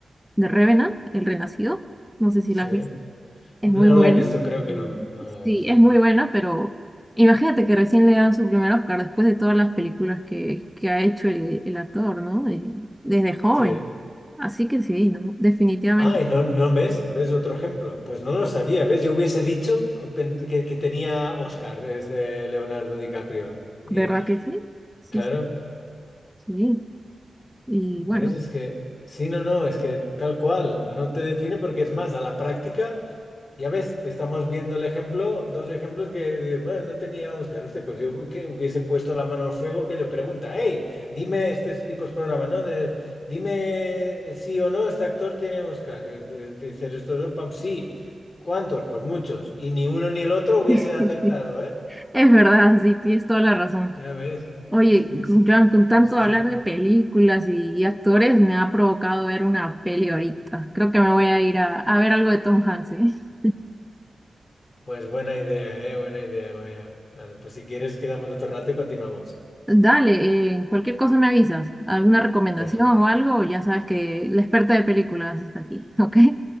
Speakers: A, in the centre; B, on the left.
A: The Revenant, El Renacido, no sé si
B: Sí.
A: la has visto, es
B: No
A: muy buena,
B: la he visto,
A: No.
B: creo que
A: y-
B: no. No la
A: sí,
B: he visto.
A: es muy buena, pero imagínate que recién le dan su primer Oscar después de todas las películas que, que ha hecho el, el actor, ¿no? Eh, Desde joven,
B: Sí.
A: así que sí, ¿no? Definitivamente,
B: Ah, y no, no ves, ves otro ejemplo. Pues no lo sabía, ¿ves? Yo hubiese dicho pen- que, que tenía Oscar, ese Leonardo DiCaprio. Y
A: ¿verdad que sí? Sí,
B: claro,
A: sí, sí, y
B: ¿ves?
A: bueno,
B: Es que, sí, no, no, es que tal cual, no te define porque es más, a la práctica. Ya ves, te estamos viendo el ejemplo, dos ejemplos que, eh, bueno, no teníamos claro este, pues yo que hubiese puesto la mano al fuego que le pregunta, hey, dime estos tipos de programas, ¿no? De, dime sí o no, este actor tiene Oscar. Y dice- Dices, estos dos, pam, sí. ¿Cuántos? Pues muchos. Y ni uno ni el otro hubiese
A: <laughs>
B: acertado,
A: es
B: ¿eh?
A: verdad, sí, tienes toda la razón.
B: Ya ves.
A: Oye,
B: Sí, sí.
A: Joan, con tanto
B: Hostia.
A: hablar de películas y, y actores, me ha provocado ver una peli ahorita. Creo que me voy a ir a, a ver algo de Tom Hanks, ¿eh?
B: Pues buena idea, ¿eh? Buena idea, vaya. Vale, pues si quieres quedamos otro rato y continuamos.
A: Dale, eh, cualquier cosa me avisas. ¿Alguna recomendación
B: Per-
A: o algo? Ya sabes que la experta de películas está aquí, <laughs> ¿ok?